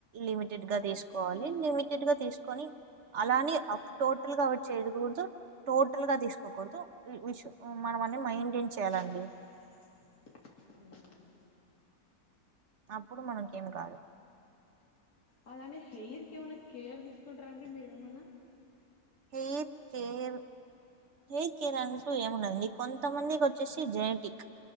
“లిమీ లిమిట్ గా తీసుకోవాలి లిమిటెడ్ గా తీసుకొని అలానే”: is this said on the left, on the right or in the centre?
Right